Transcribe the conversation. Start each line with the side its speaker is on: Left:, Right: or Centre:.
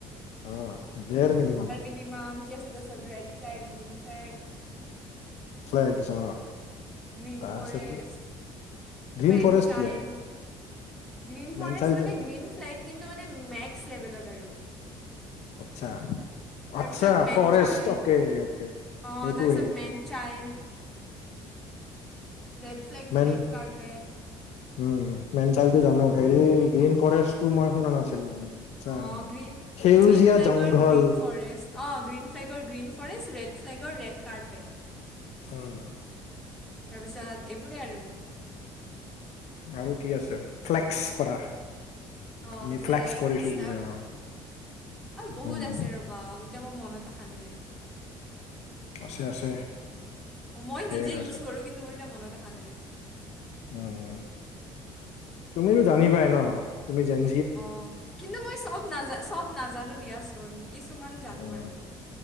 Left: অ', বেয়াৰ মিনিমাম।
Centre: মিনমাম কি আছে তছত red flag green flag.
Left: Flags অ'।
Centre: গ্ৰীণ
Left: তাৰপিছত
Centre: ফৰেষ্ট
Left: গ্ৰীণ
Centre: মেন
Left: ফৰেষ্ট
Centre: চাইল্ড।
Left: কি আৰু
Centre: গ্ৰীণ ফৰেষ্ট
Left: মেনচাইল
Centre: মানে
Left: জানো
Centre: গ্ৰীণ ফ্লেগ কিন্তু মানে মেক্স লেভেলত আৰু।
Left: আচ্ছা
Centre: তাৰপিছত
Left: আচ্ছা
Centre: man
Left: forest
Centre: child
Left: okay okay
Centre: অ'
Left: সেইটো
Centre: তাৰপিছত
Left: হেৰি
Centre: মেন চাইল্ড ৰেড ফ্লেগটো
Left: man
Centre: red carpet.
Left: Um, man চাইলডটো জানো হেৰি গ্ৰীণ ফৰেষ্টটো মই শুনা নাছিলো মানে। আচ্ছা।
Centre: অ', গ্ৰীণ
Left: সেউজীয়া
Centre: গ্ৰীণ ফ্লেগৰ
Left: জংঘল
Centre: গ্ৰীণ ফৰেষ্ট। অ', গ্ৰীণ ফ্লেগৰ গ্ৰীণ ফৰেষ্ট ৰেড ফ্লেগৰ ৰেড কাৰ্পেট।
Left: উম।
Centre: তাৰপিছত এইবোৰে আৰু।
Left: আৰু কি আছে ফ্লেক্স কৰা।
Centre: অ',
Left: আমি
Centre: ফ্লেক্স
Left: কৰিছো বোলে
Centre: ত
Left: অ',
Centre: বহুত
Left: উম,
Centre: আছে ৰ বা এতিয়া মই মনত অহা নাই।
Left: আছে আছে।
Centre: অ', মই
Left: ধেৰ
Centre: নিজে ইউজ
Left: আছে।
Centre: কৰোঁ কিন্তু মোৰ এতিয়া মনত অহা নাই।
Left: অ', তুমিতো জানিবাই ন তুমি জেন
Centre: অ', কিন্তু মই চব নাজা চব নাজানো দিয়াচোন কিছুমান জানো
Left: উম,
Centre: আৰু